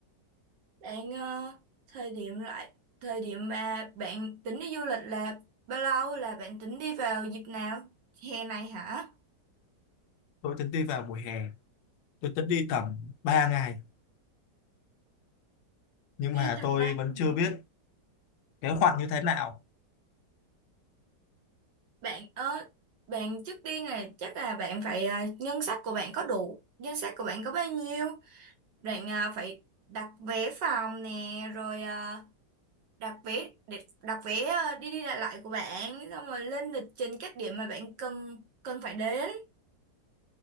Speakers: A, on the right; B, on the left.
A: Bạn ờ, thời điểm lại thời điểm mà bạn tính đi du lịch là bao lâu là bạn tính đi vào dịp nào? Hè này hả?
B: Tôi tính đi vào mùa hè, tôi tính đi tầm 3 ngày nhưng
A: đi
B: mà
A: tầm
B: tôi
A: ba ngày
B: vẫn chưa biết kế hoạch như thế nào.
A: Bạn ờ bạn trước tiên là chắc là bạn phải ờ, ngân sách của bạn có đủ, ngân sách của bạn có bao nhiêu? Bạn ờ, phải đặt vé phòng nè rồi ờ, đặt vé để đặt vé ờ, đi đi lại lại của bạn xong rồi lên lịch trình các điểm mà bạn cần cần phải đến